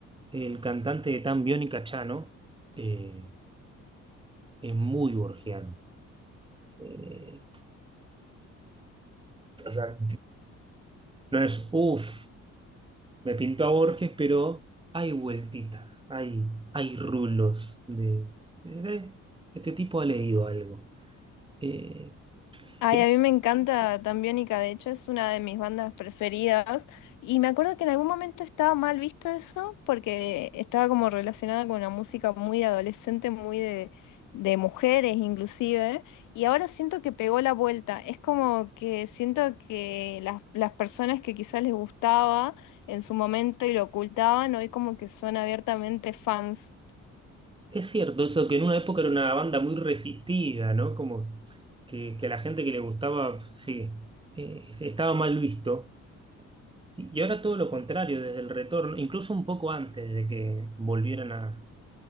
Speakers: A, on the right; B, on the left.
A: El cantante de Tan Bión y Cachano eh, es muy borgiano. Eh, o sea, no es, uff, me pintó a Borges, pero hay vueltitas, hay, hay rulos de, de- este tipo ha leído algo. Eh,
B: Ay,
A: y-
B: a mí me encanta Tambiónica, de hecho es una de mis bandas preferidas y me acuerdo que en algún momento estaba mal visto eso porque estaba como relacionada con una música muy adolescente, muy de, de mujeres inclusive, y ahora siento que pegó la vuelta, es como que siento que las, las personas que quizás les gustaba en su momento y lo ocultaban, hoy como que son abiertamente fans.
A: es cierto, eso que en una época era una banda muy resistida, ¿no? Como que, que a la gente que le gustaba, sí, eh, estaba mal visto Y y ahora todo lo contrario, desde el retorno, incluso un poco antes de que volvieran a,